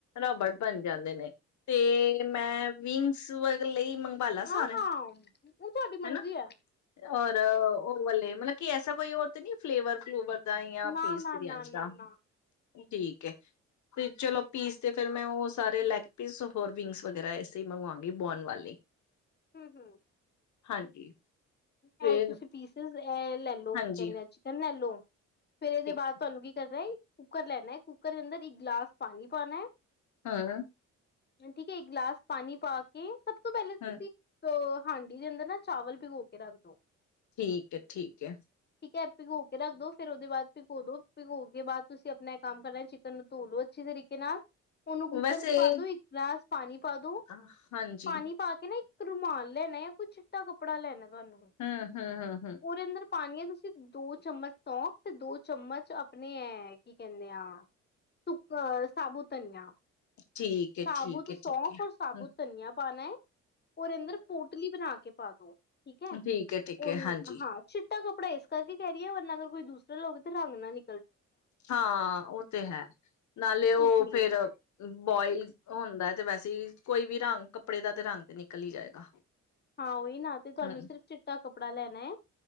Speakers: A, on the left; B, on the left.
A: ਰਬੜ ਬਣ ਜਾਂਦੇ ਨੇ ਤੇ ਮੈਂ ਵਿੰਗਸ ਵਾ ਲਈ ਬਾਲਾ
B: ਹਾਂ-ਹਾਂ
A: ਸਾਰਾ
B: ਉਹ ਤੁਹਾਡੀ ਮਰਜ਼ੀ
A: ਹਨਾ,
B: ਐ
A: ਔਰ ਉਹ ਵਾਲੇ ਮਤਲਬ ਕੀ, ਐਸਾ ਕੋਈ ਹੋਰ ਤੇ ਨਹੀਂ ਹ ਫਲੇਵਰ ਫਲੂਵਰ ਦਾ ਜਾਂ
B: ਨਾ-ਨਾ-ਨਾ-ਨਾ-ਨਾ
A: ਪੀਸ ਬਿਰਿਆਨੀ ਦਾ ਠੀਕ ਹੈ, ਤੇ ਚਲੋ ਪੀਸ ਤੇ ਫਿਰ ਮੈਂ, ਉਹ ਸਾਰੇ ਲੈਗ ਪੀਸ ਹੋਰ ਵਿੰਗਸ ਵਗੈਰਾ ਇਸੇ ਮੰਗਵਾਾਂਗੀ ਬੋਨ ਵਾਲੇ।
B: ਹਮ ਹਮ
A: ਹਾਂਜੀ। ਫਿਰ
B: ਹੈ ਤੁਸੀਂ, ਪੀਸਿਸ ਲੈ ਲਓ
A: ਹਾਂਜੀ
B: ਕਿ, ਕਿਹਦੇਂ ਚਿਕਨ ਲੈ ਲਓ? ਫਿਰ ਇਹਦੇ
A: ਠੀਕ
B: ਬਾਅਦ, ਤੁਹਾਨੂੰ ਕੀ ਕਰਨਾ ਈ। ਕੁੱਕਰ ਲੈਣਾ, ਕੁੱਕਰ ਦੇ ਅੰਦਰ ਇੱਕ ਗਲਾਸ ਪਾਨੀ ਪਾਨੈ।
A: ਹਾਂ।
B: ਠੀਕ ਹੈ, ਇੱਕ ਗਲਾਸ ਪਾਣੀ ਪਾ ਕੇ, ਸਭ ਸ ਤੋਂ ਪਹਿਲਾਂ
A: ਹਮ
B: ਤੁਸੀਂ, ਅਹ ਹਾਂਡੀ ਦੇ ਅੰਦਰ ਨਾ, ਚਾਵਲ ਭਿਗੌ ਕੇ ਲਗੋ।
A: ਠੀਕ ਹੈ, ਠੀਕ ਹੈ।
B: ਹੈ ਭਿਗੋ ਰੱਖ ਦੋ, ਫਿਰ ਉਹਦੇ ਬਾਅਦ ਭਿਗੋ ਦੋ, ਭਿਗੋ ਕੇ ਬਾਅਦ ਤੁਸੀਂ, ਆਪਣਾ ਕੰਮ ਕਰਨਾ, ਚਿਕਨ ਨੂੰ ਧੋ ਲੋ ਅੱਛੇ ਤਰੀਕੇ ਨਾਲ। ਉਹਨੂੰ ਕੂੱਕਰ
A: ਵੈਸੇ
B: ਚ ਪਾ ਦੋ, ਇੱਕ ਗਲਾਸ। ਪਾਣੀ। ਕਦੂ,
A: ਅਹ, ਹਾਂਜੀ,
B: ਪਾਣੀ ਪਾ ਕੇ ਨਾ ਰੁਮਾਲ ਲੈਣਾ ਆ, ਕੋਈ ਚਿੱਟਾ ਕੱਪੜਾ ਲੈਣਾ। ਤੁਹਾਨੂੰ
A: ਹਮ, ਹਮ ਹਮ।
B: ਉਹਦੇ ਅੰਦਰ ਪਾਣੀ ਹੈ, ਤੁਸੀਂ ਦੋ ਚਮਚ ਸੌਂਫ, ਤੇ ਦੋ ਚਮਚ ਆਪਣੇ ਹੈ ਕੀ ਕਹਿੰਦੇ ਆ ਸੁੱਕ ਸਾਬੂ ਧਨੀਆ।
A: ਠੀਕ ਏ,
B: ਸਾਬੁਤ
A: ਠੀਕ ਏ,
B: ਸੌਂਫ
A: ਠੀਕ ਏ।
B: ਔਰ ਸਾਬੁਤ
A: ਹੂੰ,
B: ਧਨੀਆ। ਪਾਣੇ। ਉਹਦੇ ਅੰਦਰ ਪੋਟਲੀ ਬਣਾ ਕੇ। ਪਾ ਦੋ। ਠੀਕ ਹੈ
A: ਠੀਕ ਏ, ਠੀਕ
B: ਉਹ
A: ਹੈ ਹਾਂਜੀ।
B: ਹਾਂ, ਚਿੱਟਾ ਕੱਪੜਾ ਇਸ ਕਰਕੇ ਕਹਿ ਰਹੀ ਆਂ, ਵਰਨਾ ਅਗਰ ਕੋਈ ਦੂਸ ਲੋਕ ਤੇ ਰੰਗ ਨਾ ਨ
A: ਹਾਂ, ਉਹ ਤੇ ਹੈ ਨਾਲੇ ਉਹ
B: ਇਸ ਲਈ
A: ਫੇਰ ਬੋਇਲ ਹੁੰਦਾ ਤੇ ਵੈਸੇ ਏ, ਕੋਈ ਵੀ ਰੰਗ ਕੱਪੜੇ ਦਾ, ਤੇ ਰੰਗ ਤੇ ਨਿਕਲ ਹੀ ਜਾਏਗਾ।
B: ਹਾਂ ਉਹੀ ਨਾ, ਤੇ
A: ਹੂੰ,
B: ਤੁਹਾਨੂੰ ਸਿਰਫ਼ ਚਿੱਟਾ ਕੱਪੜਾ ਲੈਣਾ ਹੈ,